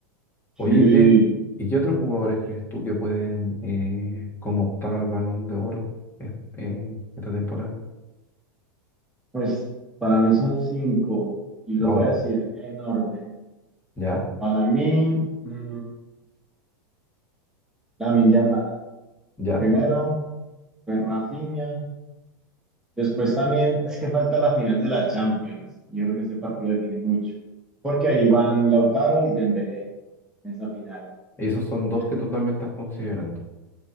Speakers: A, in the centre; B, on the left.
A: Sí,
B: Oye, ¿y qué, y qué otros jugadores crees tú que pueden eh, como optar al Balón de Oro es- eh, esta temporada?
A: pues para mí son cinco. Y los
B: Wow,
A: voy a decir en orden.
B: ya,
A: Para mí, la Lamine Yamal.
B: ya.
A: Primero, pues Rafinha. Después también es que falta la final de la Champions. Yo creo que ese partido define mucho. Porque ahí van Lautaro y Dembélé en esa final.
B: Esos
A: Entonces,
B: son dos
A: ahí-
B: que tú también estás considerando.